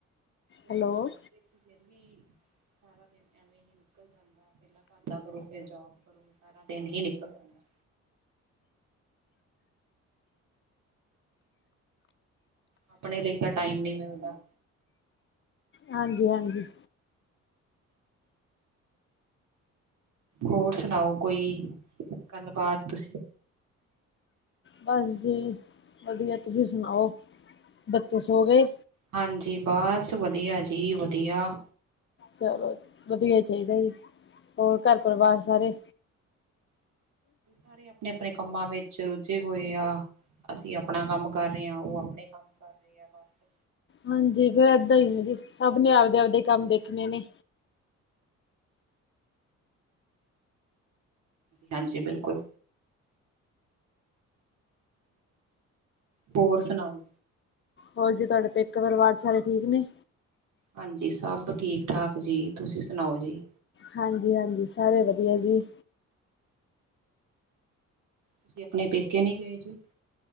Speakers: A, on the right; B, on the left.
A: ਜੋਬ
B: ਹੈਲੋ
A: ਕਰਕੇ ਫਿਰ ਵੀ ਸਾਰਾ ਦਿਨ ਐਵੇਂ ਹੀ ਨਿਕਲ ਜਾਂਦਾ ਪਹਿਲਾਂ ਘਰ ਦਾ ਕਰੋ ਫਿਰ ਜੋਬ ਕਰੋ ਸਾਰਾ ਦਿਨ ਹੀ ਨਿਕਲ ਜਾਂਦਾ। ਆਪਣੇ ਲਈ ਤਾਂ ਟਾਈਮ ਨੀ ਮਿਲਦਾ।
B: ਹਾਂਜੀ-ਹਾਂਜੀ
A: ਹੋਰ ਸੁਣਾਓ ਕੋਈ ਗੱਲ ਬਾਤ ਤੁਸੀ।
B: ਬਸ ਜੀ ਵਧੀਆ ਤੁਸੀ ਸੁਣਾਓ ਬੱਚੇ ਸੋ ਗਏ।
A: ਹਾਂਜੀ ਬਸ ਵਧੀਆ ਜੀ ਵਧੀਆ।
B: ਚਲੋ ਵਧੀਆ ਚਾਹੀਦਾ ਜੀ ਹੋਰ ਘਰ ਪਰਿਵਾਰ ਸਾਰੇ
A: ਸਾਰੇ ਆਪਣੇ-ਆਪਣੇ ਕੰਮਾ ਵਿੱਚ ਰੁੱਝੇ ਹੋਏ ਆ। ਅਸੀ ਆਪਣਾ ਕੰਮ ਕਰ ਰਹੇ ਹਾ ਉਹ ਆਪਣੇ ਕੰਮ ਕਰ ਰਹੇ ਆ ਬਸ।
B: ਹਾਂਜੀ ਫੇਰ ਏਦਾ ਹੀ ਹੈ ਜੀ ਸਭ ਨੇ ਆਪਦੇ-ਆਪਦੇ ਕੰਮ ਦੇਖਣੇ ਨੇ।
A: ਹਾਂਜੀ ਬਿਲਕੁਲ। ਹੋਰ ਸੁਣਾਓ।
B: ਹੋਰ ਜੀ ਤੁਹਾਡੇ ਪੇਕੇ ਪਰਿਵਾਰ ਸਾਰੇ ਠੀਕ ਨੇ।
A: ਹਾਂਜੀ ਸਭ ਠੀਕ ਠਾਕ ਜੀ ਤੁਸੀ ਸੁਣਾਓ ਜੀ।
B: ਹਾਂਜੀ-ਹਾਂਜੀ ਸਾਰੇ ਵਧੀਆ ਜੀ।
A: ਤੁਸੀ ਆਪਣੇ ਪੇਕੇ ਨੀ ਗਏ ਜੀ।